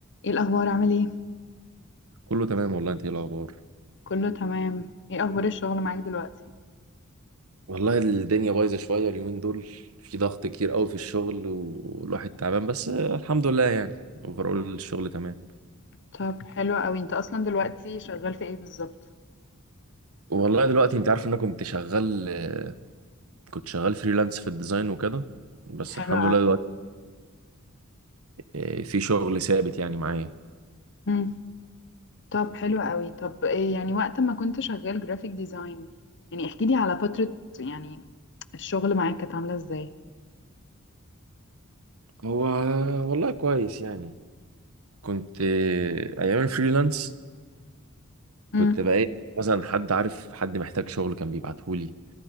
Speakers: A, on the left (about 60°); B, on the right (about 80°).
A: ايه الاخبار عامل ايه
B: كله تمام والله انت ايه الاخبار
A: كله تمام ايه اخبار الشغل معاك دلوقتي
B: والله الدنيا بايظة شوية اليومين دول في ضغط كتير قوي في الشغل والواحد تعبان بس الحمد لله يعني اوفرول الشغل تمام
A: طب حلو قوي انت اصلا دلوقتي شغال في ايه بالظبط
B: والله دلوقتي انت عارف ان انا كنت شغال آه، كنت شغال فريلانس في الديزاين وكده بس
A: حلو
B: الحمد
A: قوي
B: لله دلوقتي آه، في شغل ثابت يعني معايا
A: امم طب حلو قوي طب ايه يعني وقت ما كنت شغال جرافيك ديزاين يعني احكي لي على فترة يعني الشغل معاك كانت عاملة ازاي
B: هو والله كويس يعني كنت آه، ايام الفريلانس كنت
A: امم
B: بقى إيه، مثلا حد عارف حد محتاج شغل كان بيبعتهولي